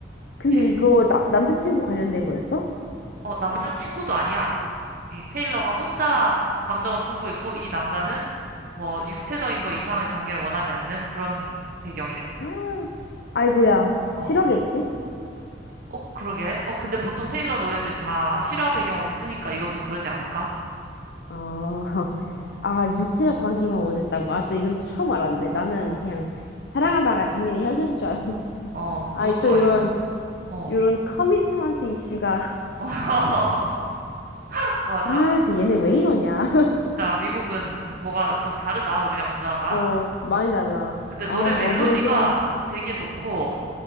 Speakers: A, on the left; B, on the right.
A: 근데
B: 이게,
A: 이거 나, 남자친구 관련된 거였어?
B: 어, 남자친구도 아니야. 이 테일러가 혼자 감정을 품고 있고, 이 남자는 뭐, 육체적인 거 이상의 관계를 원하지 않는 그런 배경이랬어.
A: 아, 아이고야,
B: 어.
A: 싫어겠지?
B: 어, 그러게. 어, 근데 보통 테일러 노래들 다 실화 배경으로 쓰니까 이것도 그러지 않을까?
A: 아, <laughs>
B: 어,
A: 아, 육체적 관계만 원했다고. 아, 또 이건 또 처음 알았네. 나는
B: 어,
A: 그냥 사랑하다가 당연히 헤어질 줄 알았는데. <laughs>
B: 어, 그것도
A: 아, 또
B: 아니고,
A: 이런,
B: 어.
A: 이런 커미트먼트 이슈가.
B: <laughs>
A: <laughs>
B: 맞아.
A: 아, 진짜 얘네 왜 이러냐.
B: 진짜 미국은 뭐가 좀 다르다, 우리랑 문화가.
A: <laughs> 어, 많이 달라.
B: 근데
A: 아,
B: 노래 멜로디가
A: 어질어질해.
B: 되게 좋고,